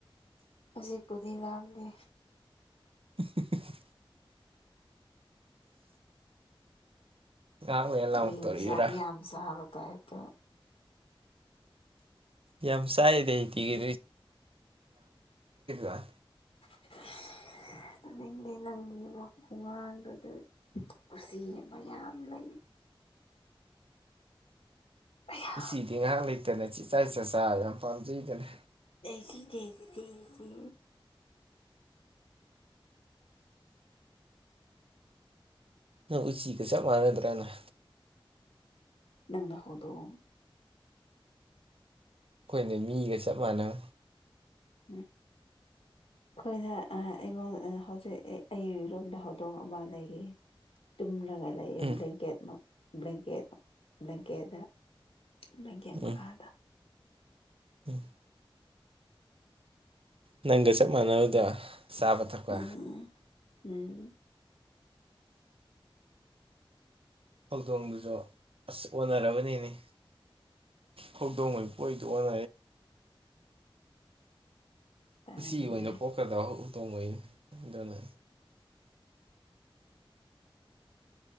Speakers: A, on the left (about 85°); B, on the right (about 75°).
A: ꯍꯧꯖꯤꯛꯄꯨꯗꯤ ꯂꯥꯝꯗꯦ
B: <unintelligible> ꯉꯥꯏꯍꯥꯛ ꯂꯩꯔ ꯂꯥꯝꯃꯛꯇꯧꯔꯤꯕ꯭ꯔꯥ
A: ꯑꯩꯕꯨ ꯆꯥꯛ ꯌꯥꯝ ꯆꯥꯕꯩ ꯇꯥꯏꯞꯇ
B: ꯌꯥꯝ ꯆꯥꯏꯗ ꯊꯤꯒꯦ <unintelligible>
A: <inaudible> <unintelligible> ꯀꯨꯁꯤ ꯑꯃ ꯌꯥꯝ ꯂꯩ ꯑꯌꯥ
B: ꯎꯁꯤꯗꯤ ꯉꯥꯏꯍꯥꯛ ꯂꯩꯇꯅ ꯆꯤꯆꯥ ꯆꯤꯆꯥ ꯆꯥꯔ ꯌꯥꯝ ꯄꯥꯝꯖꯩꯗꯅ
A: <unintelligible> <inaudible>
B: ꯅꯪ ꯎꯆꯤꯒ ꯆꯞ ꯃꯥꯥꯟꯅꯗ꯭ꯔꯅ‌ꯦ
A: ꯅꯪꯅ ꯍꯧꯗꯣꯡ
B: ꯑꯩꯈꯣꯏꯅ ꯃꯤꯒ ꯆꯞ ꯃꯥꯟꯅꯝ
A: ꯎꯝ ꯑꯩꯈꯣꯏꯅ ꯑꯥ ꯑꯩꯉꯣꯟ ꯑꯥ ꯍꯧꯖꯤꯛ ꯑꯩꯔꯣꯝꯗ ꯍꯧꯗꯣꯡ ꯑꯃ ꯂꯩꯔꯤ ꯇꯨꯝꯂꯒ ꯂꯩꯌꯦ
B: ꯎꯝ
A: ꯕ꯭ꯂꯀꯦꯗ ꯃꯥ ꯕ꯭ꯂꯪꯀꯦꯠ ꯕ꯭ꯂꯪꯀꯦꯗ ꯇꯨꯝꯃꯥꯒ‌ꯦ ꯃꯈꯥꯗ
B: ꯎꯝ ꯎꯝ ꯅꯪꯒ ꯆꯞ ꯃꯥꯟꯅꯕꯗ‌ꯣ ꯆꯥꯕ ꯊꯛꯄ
A: ꯎꯝ ꯎꯝ
B: ꯍꯧꯗꯣꯡꯗꯨꯖꯨ ꯑꯁ ꯑꯣꯟꯅꯔꯕꯅꯤꯅ‌ꯦ ꯍꯧꯗꯣꯡ ꯑꯣꯏ ꯄꯣꯛꯏꯗ‌ꯣ <unintelligible>
A: ꯇꯥꯅꯤꯡꯗꯦ
B: ꯎꯁꯤ ꯑꯣꯏꯅ ꯄꯣꯛꯀꯗꯕ ꯍꯨꯇꯣꯡ ꯑꯣꯏꯅ ꯑꯗꯨꯅ